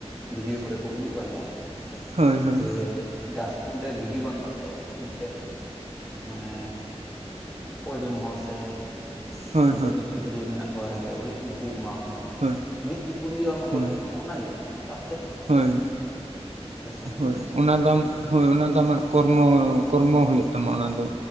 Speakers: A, in the centre; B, on the right (about 75°).
A: ᱵᱷᱤᱰᱭᱳ ᱠᱚᱨᱮ ᱠᱚ ᱩᱫᱩᱜ ᱵᱟᱲᱟᱭᱟ
B: ᱦᱳᱭ ᱦᱳᱭ ᱦᱳᱭ
A: ᱡᱮ ᱰᱟᱥᱴᱵᱤᱱ ᱨᱮ ᱜᱤᱰᱤ ᱵᱟᱝ ᱠᱟᱛᱮᱫ ᱢᱤᱫᱴᱮᱱ ᱢᱟᱱᱮ ᱠᱚᱠᱚ ᱡᱚᱢ ᱦᱚᱲ ᱥᱮ
B: ᱦᱳᱭ
A: ᱱᱚᱝᱠᱟ ᱠᱤᱪᱷᱩ ᱠᱤᱪᱷᱩ ᱠᱚ ᱢᱮᱱᱟᱜ ᱠᱚᱣᱟ ᱨᱮᱸᱜᱮᱡ ᱚᱨᱮᱡ ᱩᱱᱠᱩ ᱮᱢᱟ ᱠᱚᱣᱟ
B: ᱦᱳᱭ
A: ᱢᱤᱫ ᱛᱤᱯᱩᱱ ᱜᱮ ᱟᱢᱟᱜ
B: ᱦᱳᱭ
A: ᱵᱟᱹᱲᱛᱤ ᱛᱟᱢᱟ ᱚᱱᱟᱜᱮ ᱛᱟ
B: ᱦᱳᱭ
A: ᱥᱟᱱᱛᱤᱭ
B: ᱦᱳᱭ
A: ᱮᱢᱟ
B: ᱚᱱᱟ ᱫᱚ ᱟᱢ ᱦᱳᱭ ᱚᱱᱟ ᱫᱚ ᱟᱢᱟᱜ ᱠᱚᱨᱢᱚ ᱠᱚᱨᱢᱚ ᱦᱩᱭᱩᱜ ᱛᱟᱢᱟ ᱚᱱᱟ ᱫᱚ